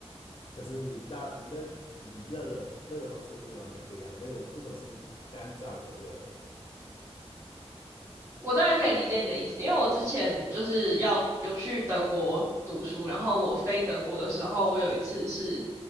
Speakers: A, on the left; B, on the right.
A: 可是你大你那你热的热的方式是完全不一样，那种那种是干燥的热，
B: 我大概可以理解你的意思，因为我之前就是要有去德国读书，然后我飞德国的时候，我有一次是